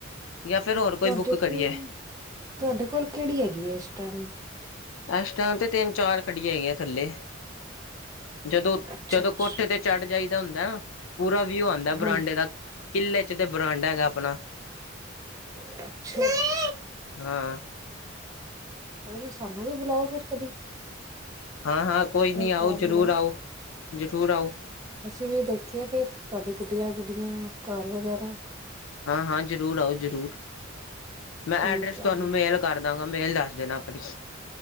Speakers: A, on the left (about 75°); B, on the right (about 20°).
A: ਜਾਂ ਫਿਰ ਹੋਰ ਕੋਈ
B: ਤੁਹਾਡੇ
A: ਬੁੱਕ
B: ਕੋਲ
A: ਕਰੀਏ।
B: ਤੁਹਾਡੇ ਕੋਲ ਕਿਹੜੀ ਹੈਗੀ ਹੈ ਇਸ ਟਾਈਮ।
A: ਇਸ ਟਾਈਮ ਤੇ ਤਿੰਨ ਚਾਰ ਖੜੀਆਂ ਹੈਗੀਆਂ ਥੱਲੇ ਜਦੋਂ
B: ਅੱਛਾ-ਅੱਛਾ
A: ਜਦੋਂ ਕੋਠੇ ਤੇ ਚੜ ਜਾਈਦਾ ਹੁੰਦਾ ਨਾ ਪੂਰਾ ਵਿਊ ਆਉਂਦਾ
B: ਹਾਂਜੀ।
A: ਬਰਾਂਡੇ ਦਾ ਕਿੱਲੇ ਚ ਤੇ ਬਰਾਂਡਾ ਹੈਗਾ ਆਪਣਾ।
B: ਅੱਛਾ।
A: ਹਾਂ।
B: ਕੋਈ ਨੀ ਸਾਨੂੰ ਵੀ ਬੁਲਾਓ ਫਿਰ ਕਦੀ।
A: ਹਾਂ ਹਾਂ ਕੋਈ ਨੀ
B: ਨਹੀਂ
A: ਆਓ
B: ਘਰ
A: ਜ਼ਰੂਰ
B: ਬੁਲਾਓ।
A: ਆਓ ਜ਼ਰੂਰ ਆਓ।
B: ਅਸੀਂ ਵੀ ਦੇਖੀਏ ਫਿਰ ਤੁਹਾਡੀ ਗੱਡੀਆਂ ਗੁੱਡੀਆਂ ਘਰ ਵਗੈਰਾ।
A: ਹਾਂ ਹਾਂ ਜ਼ਰੂਰ ਆਓ ਜ਼ਰੂਰ। ਮੈਂ
B: ਹਾਂਜੀ
A: ਐਡਰੈਸ ਤੁਹਾਨੂੰ
B: ਆ
A: ਮੇਲ ਕਰਦਾਂਗਾ ਮੇਲ ਦੱਸ ਦੇਣਾ ਆਪਣੀ।